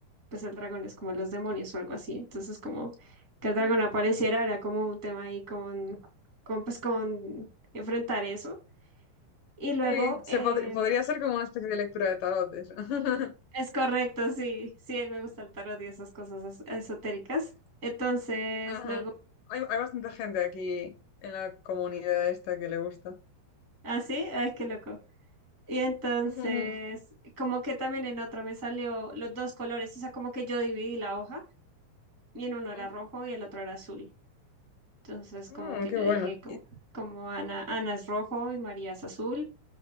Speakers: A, on the right (about 30°); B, on the left (about 80°).
A: pues el dragón es como los demonios o algo así. Entonces, como que el dragón
B: Mm,
A: apareciera era como un tema ahí con, con pues con enfrentar eso. Y luego,
B: Sí, se
A: eh,
B: pod- podría ser como una especie de lectura de tarot, eso. <laughs>
A: es correcto, sí, sí, me gusta el tarot y esas cosas es- esotéricas. Entonces,
B: Ajá.
A: luego,
B: Hay, hay bastante gente aquí en la comunidad esta que le gusta.
A: ah, sí, ay, qué loco. Y entonces,
B: Ujú,
A: como que también en otra me salió los dos colores, o sea, como que yo dividí la hoja y en uno
B: ujú.
A: era rojo y el otro era azul. Entonces, como
B: Mm,
A: que
B: qué
A: yo
B: bueno.
A: dije, como,
B: Y-
A: como Ana, Ana es rojo y María es azul,